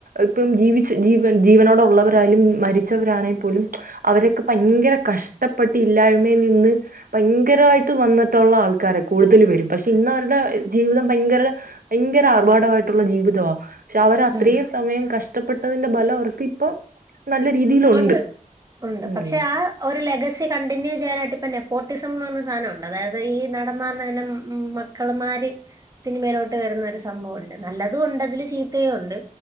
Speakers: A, on the right (about 85°); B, on the right (about 25°).
A: ഇപ്പം ജീവിച്ച് ജീവൻ ജീവനോടെ ഉള്ളവരായാലും മരിച്ചവരാണെ പോലും. അവരൊക്കെ ഭയങ്കര കഷ്ടപ്പെട്ട് ഇല്ലായ്മയിൽ നിന്ന് ഭയങ്കരായിട്ട് വന്നിട്ടുള്ള ആൾക്കാരാ കൂടുതൽ പേരും. പക്ഷെ ഇന്നവർ. ടെ ജീവിതം ഭയങ്കര ഭയങ്കര ആർഭാടമായിട്ടുള്ള ജീവിതവാ പക്ഷെ അവര് അത്രയും
B: ഉം
A: സമയം കഷ്ടപ്പെട്ടതിന്റെ ബലം അവർക്ക് ഇപ്പൊ നല്ല രീതിയിലുണ്ട്
B: ഉണ്ട് ഉണ്ട്
A: ഉം
B: പക്ഷെ ആ ഒരു ലെഗസി കണ്ടിന്യൂ ചെയ്യാനായിട്ട് ഇപ്പം നെപ്പോട്ടിസം എന്നു പറഞ്ഞ സാധനമുണ്ട്. അതായത് ഈ നടമാരുടെതന്നെ മ ക്കൾമാര് സിനിമയിലോട്ട് വരുന്ന ഒരു സംഭവം ഉണ്ട്. നല്ലതും ഉണ്ട് അതില് ചീത്തയും ഉണ്ട്.